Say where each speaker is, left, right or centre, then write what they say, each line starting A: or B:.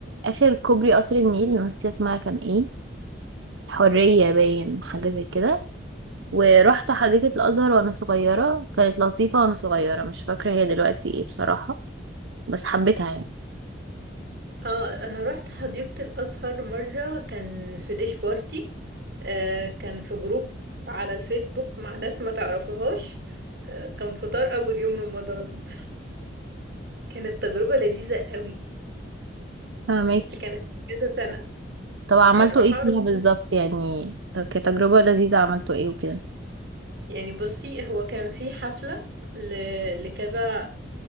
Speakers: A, on the right; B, on the right.
A: اخر كوبري قصر النيل ناسيه اسمها كان ايه حرية باين حاجة زي كده ورحت حديقة الأزهر وأنا صغيرة كانت لطيفة وأنا صغيرة مش فاكرة هي دلوقتي ايه بصراحة بس حبيتها يعني
B: اه انا رحت حديقة الازهر مرة كان في ديش بارتي آه كان في جروب على الفيسبوك مع ناس ما تعرفهاش آه كان فطار اول يوم رمضان كانت تجربة لذيذة قوي
A: فهماكي
B: بس كانت من كذا سنة
A: طب عملتوا
B: بصراحة
A: ايه فيها
B: رحنا-
A: بالظبط يعني كتجربة لذيذة عملتوا ايه وكده
B: يعني بصي هو كان في حفلة ل... لكذا